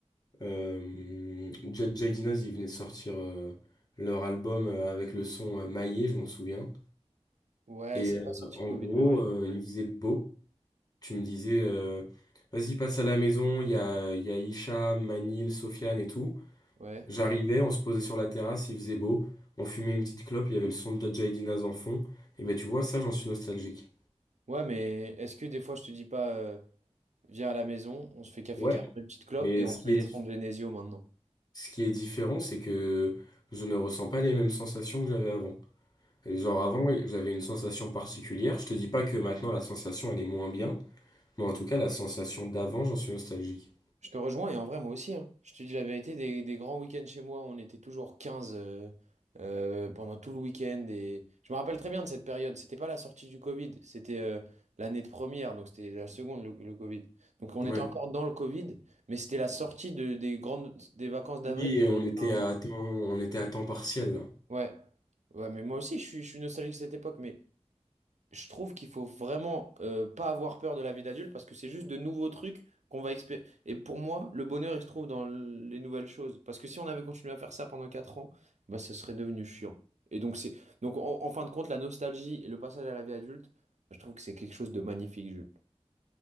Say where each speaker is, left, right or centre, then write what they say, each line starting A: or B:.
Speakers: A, on the left; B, on the right.
A: Euh, Jadja et Dinaz, ils venaient de sortir euh, leur album euh, avec le son euh, Maillé, je m'en souviens.
B: ouais,
A: Et
B: c'est
A: euh,
B: pas sorti
A: en
B: de Covid,
A: gros,
B: mais ouais,
A: euh, il faisait beau. Tu me disais, euh, vas-y, passe à la maison, il y a, il y a Isha, Manil, Sofiane et tout.
B: ouais.
A: J'arrivais, on se posait sur la terrasse, il faisait beau. On fumait une petite clope, il y avait le son de Jadja et Dinaz en fond. Et ben tu vois, ça, j'en suis nostalgique.
B: Ouais, mais est-ce que des fois, je te dis pas, euh, viens à la maison, on se fait café
A: Ouais,
B: caramel, petite clope,
A: mais
B: et on
A: ce
B: se
A: qui
B: met
A: est,
B: des
A: dif-
B: sons de Genesio maintenant?
A: ce qui est différent, c'est que je ne ressens pas les mêmes sensations que j'avais avant. Et genre avant, j'avais une sensation particulière. Je te dis pas que maintenant la sensation elle est moins bien, mais en tout cas la sensation d'avant, j'en suis nostalgique.
B: Je te rejoins et en vrai moi aussi. hein. Je te dis la vérité, des, des grands week-ends chez moi, on était toujours 15 euh, euh, pendant tout le week-end. Et... Je me rappelle très bien de cette période. C'était pas la sortie du Covid, c'était euh, l'année de première, donc c'était la seconde, le, le Covid. Donc on
A: Ouais.
B: était encore dans le Covid, mais c'était la sortie de, des grandes des vacances d'avril
A: Oui,
B: qui
A: et
B: avaient
A: on était
B: un
A: à
B: mois.
A: temps, on était à temps partiel là.
B: Ouais. Ouais, mais moi aussi je suis, je suis nostalgique de cette époque, mais je trouve qu'il faut vraiment euh, pas avoir peur de la vie d'adulte parce que c'est juste de nouveaux trucs qu'on va expérimenter. Et pour moi, le bonheur, il se trouve dans l- les nouvelles choses. Parce que si on avait continué à faire ça pendant 4 ans, bah, ce serait devenu chiant. Et donc, c'est donc en, en fin de compte, la nostalgie et le passage à la vie adulte, bah, je trouve que c'est quelque chose de magnifique, Jules.